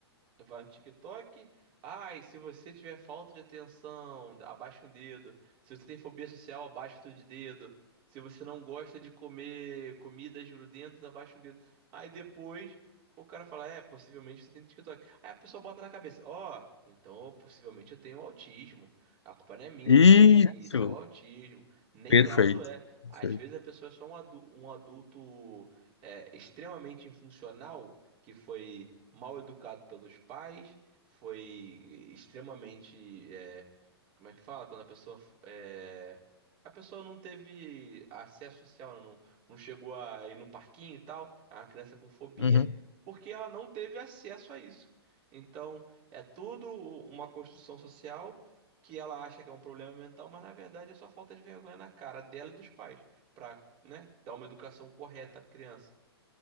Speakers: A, on the right (about 35°); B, on the left (about 90°).
A: Vai no TikTok. Ai, se você tiver falta de atenção, abaixa um dedo. Se você tem fobia social, abaixa outro de dedo. Se você não gosta de comer comidas grudentas, abaixa um dedo. Aí depois o cara fala: É, possivelmente você tem TikTok. Aí a pessoa bota na cabeça: Ó, então possivelmente eu tenho autismo. A culpa não é minha
B: isso,
A: de eu ser assim. Isso é o autismo. Nem
B: perfeito.
A: laudo é.
B: Perfeito.
A: Às vezes a pessoa é só um adu- um adulto é, extremamente infuncional que foi mal educado pelos pais, foi extremamente, é, como é que fala? Quando a pessoa, f- é, a pessoa não teve acesso social, né? não, não chegou a ir num parquinho e tal, é uma criança com fobia,
B: Uhum.
A: porque ela não teve acesso a isso. Então, é tudo uma construção social que ela acha que é um problema mental, mas na verdade é só falta de vergonha na cara dela e dos pais, para, né, dar uma educação correta à criança.